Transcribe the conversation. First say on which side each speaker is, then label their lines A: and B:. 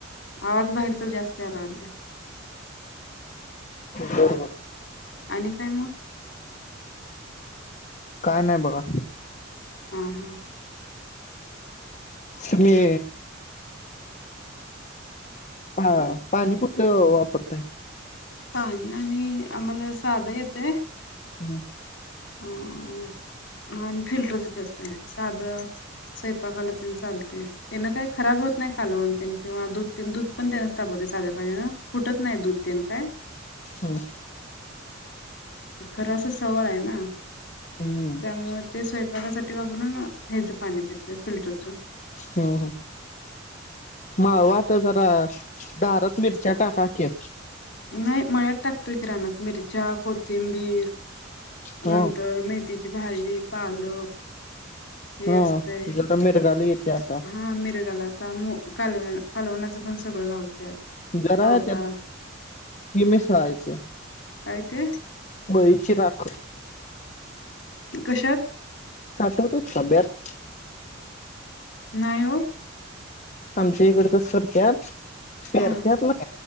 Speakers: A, on the left (about 60°); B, on the left (about 35°).
A: आवाज बाहेरचा जास्त याय लागलाय.
B: बरोबर.
A: आणि काय मग?
B: काय नाही बघा.
A: हां, हां.
B: तुमी. हा, पाणी कुठलं वापरताय?
A: पाणी आणि आम्हाला साधं येतय.
B: हम्म.
A: अ, आम्ही फिल्टरच पितोय, साधं स्वयपाकाला तेन चालतय. त्यांनना काही खराब होत नाही, कालवन तेन किंवा दूध, दूध पण त्यांनच तापवते साध्या पाण्यान फुटत नाही दूध तेन काय?
B: हम्म.
A: खरं अस सवय आहे ना.
B: हम्म.
A: त्यामुळ ते स्वयंपाकासाठी वापरून, हेज पाणी पितोय फिल्टरचं.
B: हम, हम. माळवं ते जरा, दारात मिरच्या टाका की.
A: नाही मळ्यात टाकतू कि रानात. मिरच्या, कोथिंबीर
B: ह
A: नंतर मेथीची भाजी, पालक हे
B: ह
A: असतय,
B: जरा मिरगाली येते आता
A: हा मिरगालाच. त्यामुळ कालवन, कालवनाचं पण सगळं लावत्यात.
B: जरा
A: पावटा
B: त्यात, ही मिसळायचं.
A: काय ते?
B: मळीची राख.
A: कशात?
B: साठवतो खडयात.
A: नाही वो.
B: आमच्या इकड कस करत्यात, पेरत्यात
A: हा